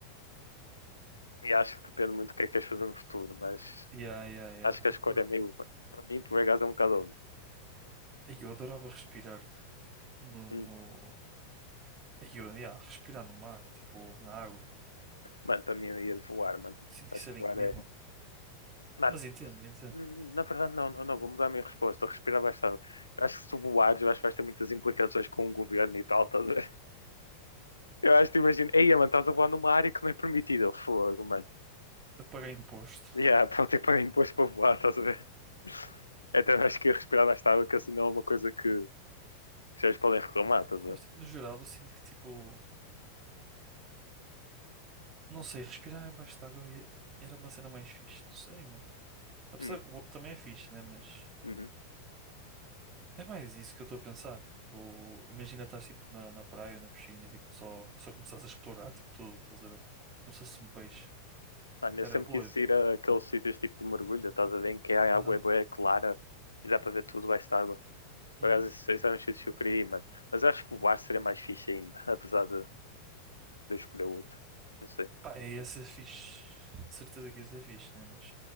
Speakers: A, on the left (about 80°); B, on the right (about 30°).
A: E acho que depende muito do que é que queres fazer no futuro, mas
B: yeah, yeah, yeah.
A: acho que a
B: Opa.
A: escolha é meio. Para mim, por acaso é um bocado óbvio.
B: Ai, Eu adorava respirar no,
A: Hum.
B: no... ai, Eu, yeah, respirar no mar, tipo, na água.
A: Mano, para mim eu ia de voar, mano.
B: Sinto
A: Mas
B: que isso
A: de
B: era
A: voar
B: incrível.
A: é. Mano,
B: Mas entendo, entendo.
A: Hum, Na verdade, não, não, não, vou mudar a minha resposta. Respirar baixado. Acho que se tu voares, eu acho que vais ter muitas implicações com o governo e tal, estás a ver? <laughs> Eu acho que imagino, ei, mano, estás a voar numa área que não é permitida. Eu, Fogo, mano.
B: Até de pagar imposto.
A: Yeah, <laughs> para ter que pagar imposto para voar, estás a ver? Então eu acho que ia respirar baixado, que assim não é uma coisa que que vocês podem reclamar, estás a ver?
B: Mas, tipo, no geral, eu sinto que, tipo, Não sei, respirar abaixo de água e- era uma cena mais fixe. Não sei, mano. Apesar
A: Hum,
B: que o outro também é fixe, né? Mas
A: uhum.
B: é mais isso que eu estou a pensar. Tipo, imagina estás tipo na, na praia, na piscina, e, tipo, só, só começares a explorar, tipo, tudo, estás a ver? Como se fosse um peixe.
A: Mano, eu
B: Era
A: sempre
B: doido.
A: quis ir a aqueles sítios tipo de mergulho, estás a ver? Em que a
B: Aham.
A: água é bué clara e dá para ver tudo baixo d'água.
B: Uhum.
A: Por acaso, esses eram os sítios que eu queria ir, mano. Mas eu acho que voar seria mais fixe ainda, <laughs> apesar de de escolher outro. Não sei.
B: Pá, e essa é fixe. De certeza que essa ser fixe, né? Mas,